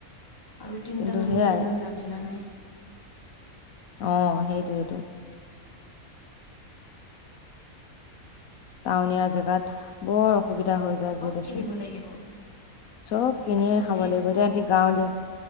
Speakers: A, on the left; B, on the left.
A: আৰু তিনিটা
B: কিন্তু
A: মানুহে
B: সেয়াই
A: ইমান জামেলা নাই।
B: অহ সেইটোয়েটো। টাউনীয়া জেগাত বৰ অসুবিধা হৈ যায়
A: চব
B: গৈ দেচোন।
A: কিনিব লাগিব
B: চব
A: শাক
B: কিনিয়ে
A: পাচলি
B: খাব লাগিব,
A: চাউল
B: এতিয়া এতি গাঁৱলীয়া